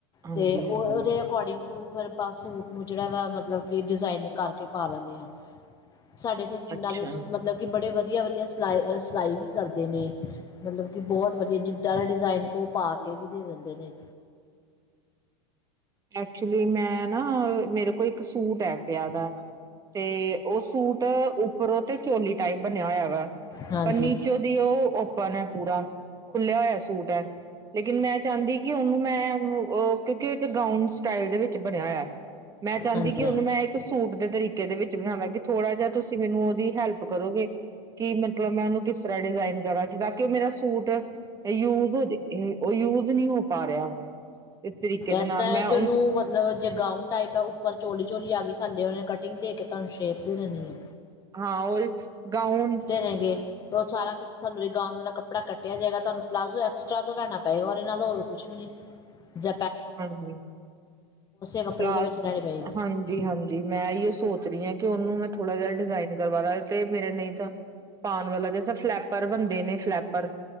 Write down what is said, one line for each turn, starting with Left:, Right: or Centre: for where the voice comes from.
Right: ਹਾਂਜੀ
Left: ਤੇ ਉਹ
Right: ਹਾਂਜੀ
Left: ਉਹਦੇ ਅਕੋਰਡਿੰਗ ਟੂ ਫਿਰ ਬਸ ਸੂਟ ਨੂੰ ਜਿਹੜਾ ਵਾ ਮਤਲਬ ਕਿ ਡਿਜ਼ਾਇਨ ਕਰਕੇ ਪਾ ਲੈਂਦੇ ਹਾਂ। ਸਾਡੇ ਇੱਥੇ
Right: ਅੱਛਾ
Left: ਨਾਲੇ ਮਤਲਬ ਕਿ ਬੜੇ ਵ ਵਧੀਆ ਵਧੀਆ ਸਿਲਾਈ ਸਿਲਾਈ ਵੀ ਕਰਦੇ ਨੇ ਮਤਲਬ ਕਿ ਬਹੁਤ ਵਧੀਆ ਜਿੱਦਾਂ ਵਾਲਾ ਡਿਜ਼ਾਇਨ ਕੋ ਉਹ ਪਾ ਕੇ ਵੀ ਦੇ ਦਿੰਦੇ ਨੇ
Right: ਐਕਚੁਲੀ ਮੈਂ ਨਾ ਮੇਰੇ ਕੋਲ ਇੱਕ ਸੂਟ ਹੈ ਪਿਆ ਵਾ ਤੇ ਉਹ ਸੂਟ ਉੱਪਰੋਂ ਤੇ ਚੋਲੀ ਟਾਈਪ ਬਣਿਆ ਹੋਇਆ ਵਾ
Left: ਹਾਂਜੀ
Right: ਪਰ ਨੀਚੋ ਦੀ ਉਹ ਪਨ ਪੂਰਾ ਖੁੱਲਿਆ ਹੋਇਆ ਸੂਟ ਹੈ ਲੇਕਿਨ ਮੈਂ ਚਾਹੁੰਦੀ ਕਿ ਉਹਨੂੰ ਮੈਂ ਉਹ ਕਿਉਂਕਿ ਇੱਕ ਗਾਊਨ ਸਟਾਈਲ ਦੇ ਵਿੱਚ ਬਣਿਆ ਹੋਇਆ। ਮੈਂ ਚਾਹੁੰਦੀ
Left: ਹਾਂਜੀ
Right: ਕਿ ਉਹਨੂੰ ਮੈਂ ਇੱਕ ਸੂਟ ਦੇ ਤਰੀਕੇ ਤੇ ਈਦੇ ਵਿੱਚ ਮੈਂ ਵੱਧ ਥੋੜਾ ਜਿਹਾ ਤੁਸੀਂ ਮੈਨੂੰ ਉਹਦੀ ਹੈਲਪ ਕਰੋਗੇ, ਕਿ ਮਤਲਬ ਮੈਂ ਉਹਨੂੰ ਕਿਸ ਤ ਡਿਜ਼ਾਇਨ ਕਰਾਂ ਕਿ ਤਾਂਕ ਉਹ ਮੇਰਾ ਸੂਟ ਯੂਜ ਹੋਵੇ ਯੂਜ ਨਹੀਂ ਹੋ ਪਾ ਰਿਹਾ। ਇਸ ਤਰੀਕੇ ਦੇ
Left: ਇਸ
Right: ਨਾਲ
Left: ਤਰ੍ਹਾਂ
Right: ਮੈਂ
Left: ਹੈ ਕਿ ਉਹਨੂੰ ਮਤਲਬ ਜੇ ਗਊਉਣ ਟਾਈਪ ਹੈ ਉੱਪਰ ਚੋਲੀ ਚਝੋਲੀ ਆ ਗਈ ਥੱਲੇ ਉਹਨੇ ਕਟਿੰਗ ਦੇ ਕੇ ਤੁਹਾਨੂੰ ਸ਼ੇਪ ਦਿੰਦੀਆ
Right: ਹਾਂ ਔਰ ਗਾਊਨ
Left: ਦੇਣਗੇ ਉਹ ਸਾਰਾ ਤੁਹਾਨੂੰ ਰ ਗਾਊਨ ਵਾਲਾ ਕੱਪੜਾ ਕੱਟ ਜਾਏਗਾ ਤੁਹਾਨੂੰ ਪਲਾਜ਼ੋ ਐਕਸਟਰਾ ਤੋਂ ਲੈਣਾ ਪਏਗਾ ਉਹਦੇ ਨਾਲ ਹੋਰ ਕੁਛ ਵੀ ਨੀ ਜ
Right: ਹਾਂਜੀ
Left: ਕੱਪੜੇ
Right: ਪ
Left: ਦੇ ਵਿੱਚ ਲੈਣੀ ਪਏਗੀ
Right: ਹਾਂਜੀ ਹਾਂਜੀ ਮੈਂ ਓ ਸੋਚ ਰਹੀ ਹਾਂ ਕਿ ਉਹਨੂੰ ਮੈਂ ਥੋੜਾ ਜਿਹਾ ਡਿਜ਼ਾਇਨ ਨਿਕਲ ਵਾਲਾ ਤੇ ਮੇਰਾ ਨਹੀਂ ਤਾਂ ਪਾਉਣ ਵਾਲਾ ਜੈਸਾ ਫਲੈਪਰ ਬਣਦਾ ਦੇ ਨੇ ਫਲੈਪਰ